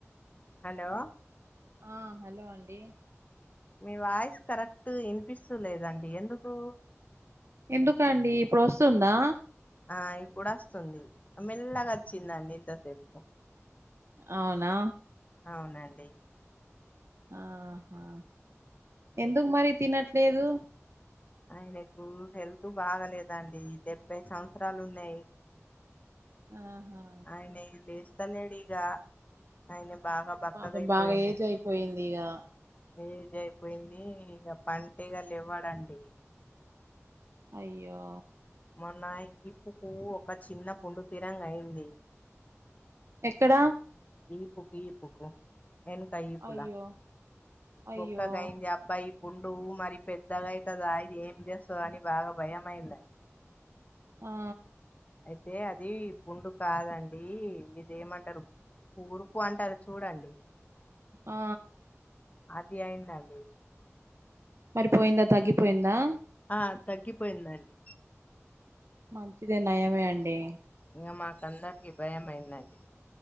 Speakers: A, on the left (about 30°); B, on the right (about 60°).
A: హలో
B: ఆ హలో అండి
A: మీ వాయిస్ కరెక్ట్ ఇనిపిస్తలేదండి ఎందుకు
B: ఎందుకండి ఇప్పుడు వస్తుందా
A: ఆ ఇప్పుడొస్తుంది మెల్లగా వచ్చిందండి ఇంతసేపు
B: అవునా
A: అవునండి
B: ఆహా ఎందుకు మరి తినట్లేదు
A: ఆయనకు హెల్త్ బాగలేదండి డెబ్బై సంవత్సరాలు ఉన్నాయి
B: ఆహా
A: యినే లేస్తాలేడు ఇగా ఆయన బాగా బక్కగయిపోయిండు
B: పాపం బాగా ఏజ్ అయిపోయింది ఇగా.
A: ఏజ్ అయిపోయింది ఇగ పంటే ఇగ లెవ్వడండి
B: అయ్యో
A: మొన్న ఈప్పుకు ఒక చిన్న పుండుతిరంగాయింది.
B: ఎక్కడా
A: ఈపుకు ఈప్కు ఎనకా ఈపులా
B: అయ్యో అయ్యో
A: బుక్క కైందాప్ బ్బా ఈ పుండూ మరి పెద్దగాయితదా ఇది ఏం చేస్తదా అని బాగా భయ అయింద
B: ఆ
A: అయితే అది పుండు కాదండి ఇదేమంటరు కురుపు అంటరు చూడండి
B: ఆ
A: అది అయిన్దండి
B: మరిపోయిందా తగ్గిపోయిందా
A: ఆ తగ్గిపోయిందండి
B: మంచిదే నయమే అండి
A: ఇగ మాకందరికి భయం అయిందండి